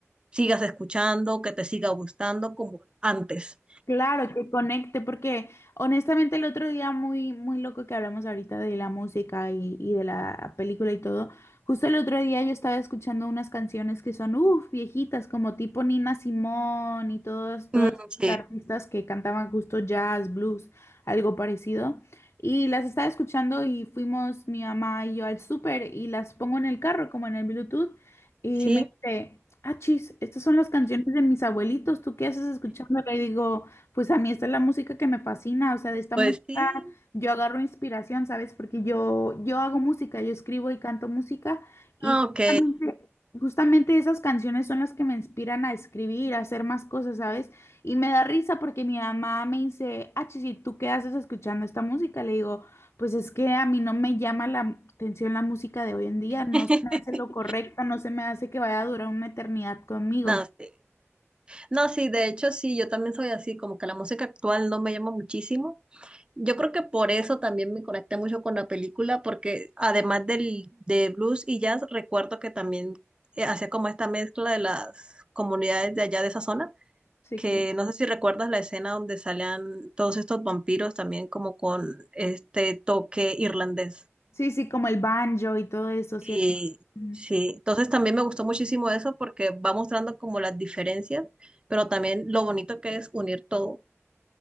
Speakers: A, on the right; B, on the left.
A: sigas escuchando, que te siga gustando como antes.
B: Claro, que conecte, porque honestamente el otro día muy, muy loco que hablamos ahorita de la música y, y de la película y todo, justo el otro día yo estaba escuchando unas canciones que son, uff, viejitas, como tipo Nina Simón y todos, todas
A: Mm, sí,
B: estas artistas que cantaban justo jazz, blues, algo parecido. Y las estaba escuchando y fuimos mi mamá y yo al súper y las pongo en el carro, como en el Bluetooth, y
A: sí,
B: me dice... Ah, chis, estas son las canciones de mis abuelitos, ¿tú qué haces escuchándola? Y digo, pues a mí esta es la música que me fascina, o sea, de esta
A: pues
B: música
A: sí,
B: yo agarro inspiración, ¿sabes? Porque yo, yo hago música, yo escribo y canto música y
A: Ah,
B: justamente,
A: ok.
B: justamente esas canciones son las que me inspiran a escribir, a hacer más cosas, ¿sabes? Y me da risa porque mi mamá me dice, ah, Chichi, ¿tú qué haces escuchando esta música? Le digo, pues es que a mí no me llama la atención la música de hoy en día, no
A: <laughs>
B: se me hace lo correcto, no se me hace que vaya a durar una eternidad conmigo.
A: No, sí. No, sí, de hecho sí, yo también soy así, como que la música actual no me llama muchísimo. Yo creo que por eso también me conecté mucho con la película, porque además del, de blues y jazz, recuerdo que también eh, hacía como esta mezcla de las comunidades de allá de esa zona.
B: Sí,
A: que
B: claro.
A: no sé si recuerdas la escena donde salían todos estos vampiros también como con este toque irlandés.
B: Sí, sí, como el banjo y todo eso, ¿cierto?
A: Sí,
B: Ujú.
A: sí. Entonces también me gustó muchísimo eso porque va mostrando como las diferencias, pero también lo bonito que es unir todo.